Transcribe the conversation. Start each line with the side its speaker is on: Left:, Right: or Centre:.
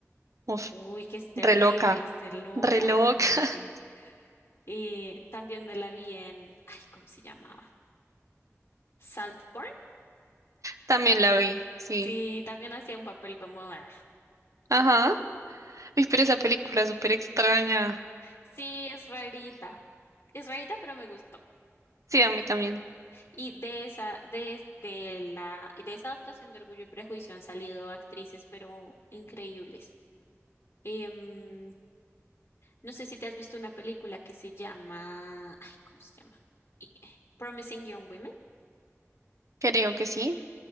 Right: Uf,
Left: uy, que es terrible,
Right: re loca,
Left: esté loca,
Right: re loca,
Left: ajá.
Right: <laughs>
Left: Y también me la vi en, ay, ¿cómo se llamaba? Saltburn.
Right: también la vi, sí,
Left: Sí, también hacía un papel como, ah,
Right: ajá. Uy, pero esa película es súper extraña,
Left: sí, es rarita. Es rarita, pero me gusta.
Right: sí, a mí también.
Left: Y de esa, de, de la, de esa adaptación de Orgullo y Prejuicio han salido actrices, pero increíbles. Em, no sé si te has visto una película que se llama, ay, ¿cómo se llama? Y- eh, Promising Young Women.
Right: Creo que sí.